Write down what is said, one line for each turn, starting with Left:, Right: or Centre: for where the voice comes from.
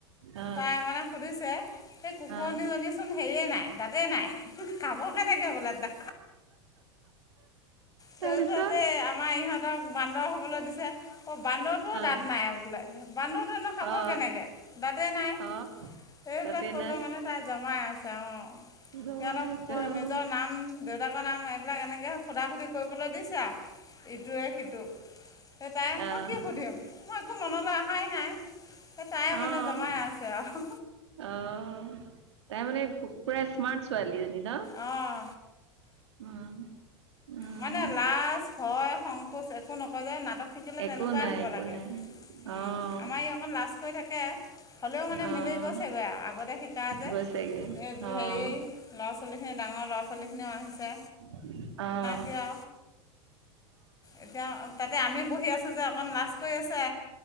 Right: অ
Left: তাই মানে সুধিছে এই কুকুৰনীজনী
Right: অ
Left: চোন হেৰিয়ে নাই। দাতে নাই খাব কেনেকে বোলে তাই। তাৰপিছতে
Right: তাৰপিছত
Left: আমাৰ ইহঁতক বান্দৰ হ'বলৈ দিছে। অ', বান্দৰটোও
Right: অ
Left: দাঁত নাই বোলে বান্দৰটোনো খাব
Right: অ
Left: কেনেকৈ দাঁতেই নাই।
Right: অ
Left: সেইবিলাক
Right: দাঁতেই
Left: কৈ
Right: নাই
Left: কৈ মানে তাই জমাই আছে। তেওঁ
Right: জমাই
Left: সিহঁতক
Right: আছে অ
Left: নিজৰ নাম, দেউতাকৰ নাম, এইবিলাক এনেকৈ সুধা সুধি কৰিবলৈ দিছে আৰু ইটোৱে সিটোক। এ তাই,
Right: অ
Left: মই
Right: অ
Left: কি সুধিম মই একো মনলৈ আহাই নাই। সেই তাই মানে
Right: অহ',
Left: জমাই আছে আৰু
Right: অহ'। তাই মানে পুৰা স্মাৰ্ট ছোৱালীজনী। ন?
Left: অহ।
Right: উম। উম,
Left: মানে লাজ, ভয়, সংকোচ, একো একো নকৰে যে, নাটক শিকিলে
Right: একো
Left: তেনেকুৱাই
Right: নাই,
Left: হ'ব
Right: একো
Left: লাগে।
Right: নাই।
Left: উম,
Right: অ',
Left: আমাৰ ই অকণ লাজ কৰি থাকে। হ'লেও মানে
Right: অ',
Left: মিলি গৈছে গৈ আৰু আগতে শিকা যে,
Right: গৈছেগে
Left: এই হেৰি
Right: অ',
Left: ল'ৰা-ছোৱালীখিন। ডাঙৰ ল'ৰা-ছোৱালীখিনিও আহিছে।
Right: <unintelligible> অহ।
Left: এতিয়া, এতিয়া তাতে আমি বহি আছোঁ যে অকন লাজ কৰি আছে।